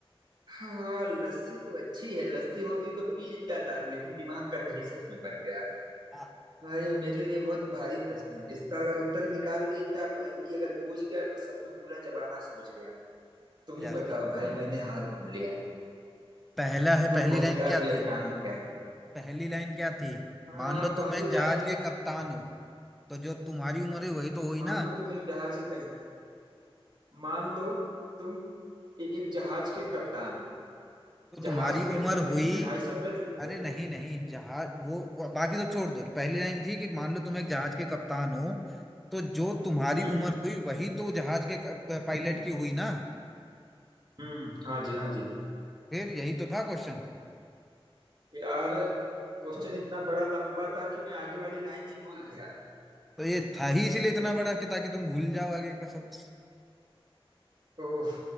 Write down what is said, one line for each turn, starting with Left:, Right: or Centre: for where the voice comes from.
Right: हाँ लस्सी तो अच्छी है लस्सी होती तो पी जाता लेकिन दिमाग का दही सच में बन गया है
Centre: हाँ,
Right: हाँ यह मेरे लिए बहुत भारी प्रश्न है इसका अगर उत्तर निकाल लिया पहेली अगर पूछ गया तो समझो पूरा जमाना सूझ गया तुम ही
Centre: यार
Right: बताओ भाई मैंने हार मान लिया
Centre: पहला है
Right: तुम
Centre: पहली
Right: होशियार
Centre: लाइन क्या
Right: हो यह
Centre: थी
Right: जान लिया
Centre: पहली लाइन क्या थी
Right: हाँ
Centre: मान लो तुम
Right: पहली
Centre: एक
Right: लाइन
Centre: जहाज के कप्तान हो तो जो तुम्हारी उम्र है वही तो हुई
Right: मान
Centre: ना
Right: लो तुम एक जहाज के कं- मान लो तुम एक जहाज के कप्तान हो
Centre: तो तुम्हारी
Right: जहाज के अंदर
Centre: उम्र हुई
Right: कितने ढाई सौ पैसेंजर
Centre: अरे नहीं नहीं जहाज वो, वो बाकी तो छोड़ दो पहली लाइन थी कि मान लो तुम एक जहाज के कप्तान हो तो जो तुम्हारी
Right: हम्म
Centre: उम्र
Right: हम्म
Centre: हुई वही तो जहाज के क- पायलट की हुई ना
Right: हम्म, हाँ जी हाँ जी
Centre: फिर यही तो था क्वेश्चन
Right: यार क्वेश्चन इतना बड़ा लंबा था कि मैं आगे वाली लाइन ही भूल गया
Centre: तो ये था ही इसीलिए इतना बड़ा कि ताकि तुम भूल जाओ आगे का सब
Right: ओह